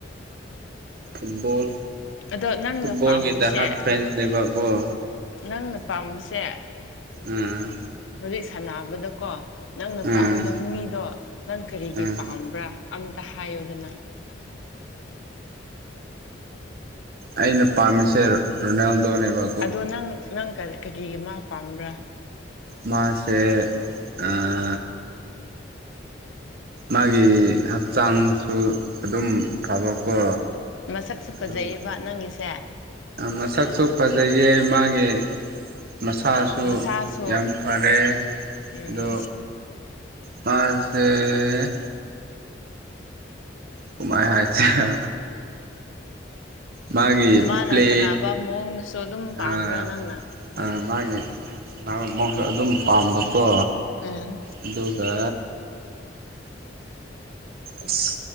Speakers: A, on the right; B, on the left.
A: ꯐꯨꯠꯕꯜ
B: ꯑꯗꯣ ꯅꯪꯅ
A: ꯐꯨꯠꯕꯣꯜꯒꯤ
B: ꯄꯥꯝꯕꯁꯦ
A: ꯗꯍꯠ ꯐꯦꯟꯁ ꯗꯦꯕ ꯀꯧꯕꯣ
B: ꯅꯪꯅ ꯄꯥꯝꯕꯁꯦ
A: ꯎꯝ
B: ꯍꯧꯖꯤꯛ ꯁꯥꯟꯅꯕꯗꯀꯣ ꯅꯪꯅ
A: ꯎꯝ
B: ꯄꯥꯝꯕ ꯃꯤꯗꯣ ꯅꯪ ꯀꯔꯤꯒꯤ
A: ꯎꯝ
B: ꯄꯥꯝꯕ꯭ꯔꯥ ꯑꯝꯇ ꯍꯥꯏꯌꯣꯗꯅ
A: ꯑꯩꯅ ꯄꯥꯝꯃꯤꯁꯦ ꯔꯣꯅꯥꯜꯗꯣꯅꯦꯕ
B: ꯑꯗꯣ ꯅꯪ ꯅꯪ ꯀꯔꯤꯒꯤ ꯃꯥ ꯄꯥꯝꯕ꯭ꯔꯥ
A: ꯃꯥꯁꯦ ꯑꯥ ꯃꯥꯒꯤ ꯍꯛꯆꯥꯡꯁꯨ ꯑꯗꯨꯝ ꯐꯕꯀꯣ
B: ꯃꯁꯛꯁꯨ
A: ꯑꯗꯨꯒ
B: ꯐꯖꯩꯌꯦꯕ ꯅꯪꯒꯤꯁꯦ
A: ꯃꯁꯛꯁꯨ ꯐꯖꯩꯌꯦ ꯃꯥꯒꯤ ꯃꯁꯥꯁꯨ
B: ꯃꯁꯥꯁꯨ
A: ꯌꯥꯝ ꯐꯔꯦ
B: ꯎꯝ
A: ꯑꯗꯣ ꯃꯥ ꯁ <inaudible> ꯀꯨꯃꯥꯏ ꯍꯥꯏꯁꯤꯔ ꯃꯥꯒꯤ
B: ꯃꯥꯅ
A: ꯄ꯭ꯂꯦ
B: ꯁꯥꯟꯅꯕ ꯃꯑꯣꯡꯗꯁꯨ ꯑꯗꯨꯝ ꯄꯥꯝꯕ꯭ꯔꯥ
A: ꯑꯥ
B: ꯅꯪꯅ
A: ꯃꯥꯒꯤ ꯁꯅꯥꯕ ꯃꯑꯣꯡꯁꯨ ꯑꯗꯨꯝ ꯄꯥꯝꯕꯀꯣ
B: ꯎꯝ
A: ꯑꯗꯨꯒ ꯑꯁ